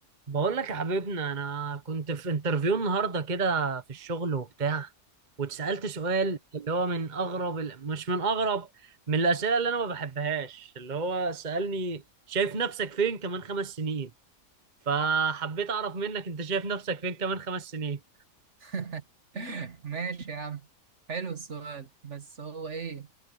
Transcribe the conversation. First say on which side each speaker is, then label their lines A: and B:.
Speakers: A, on the right (about 35°); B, on the right (about 55°).
A: بقول لك يا حبيبنا انا كنت في انترفيو النهارده كده في الشغل وبتاع واتسالت سؤال اللي هو من اغرب ال- مش من اغرب من الاسئله اللي انا ما بحبهاش اللي هو سالني شايف نفسك فين كمان خمس سنين فحبيت اعرف منك انت شايف نفسك فين كمان خمس سنين
B: <laughs> ماشي يا عم حلو السؤال بس هو ايه